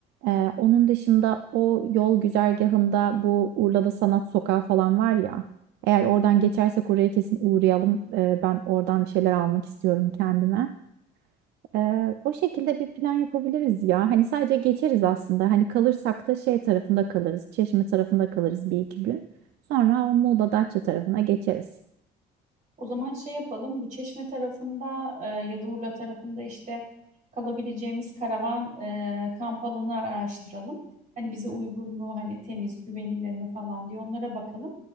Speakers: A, on the right; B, on the right.
A: E, onun dışında o yol güzergahında bu Urla'da Sanat Sokağı falan var ya. Eğer oradan geçersek oraya kesin uğrayalım. E, ben oradan bir şeyler almak istiyorum kendime. E, o şekilde bir plan yapabiliriz ya. Hani sadece geçeriz aslında. Hani kalırsak da şey tarafında kalırız. Çeşme tarafında kalırız bir iki gün. Sonra o Muğla Datça tarafına geçeriz.
B: O zaman şey yapalım. Bu Çeşme tarafında e, ya da Urla tarafında işte kalabileceğimiz karavan e, kamp alanı araştıralım. Hani bize uygunluğu hani temiz, güvenilir mi falan diye onlara bakalım.